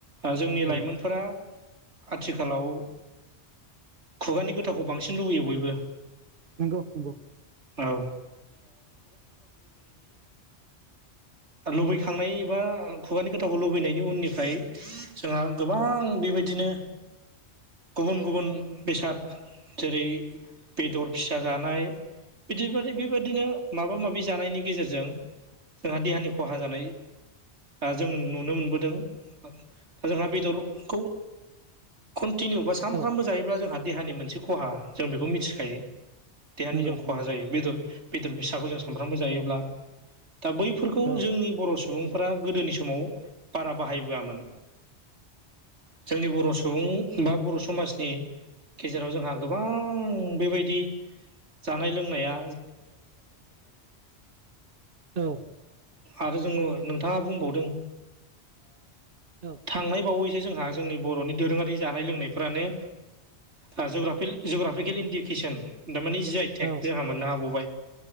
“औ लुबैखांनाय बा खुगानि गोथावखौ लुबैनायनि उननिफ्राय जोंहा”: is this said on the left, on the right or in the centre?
Right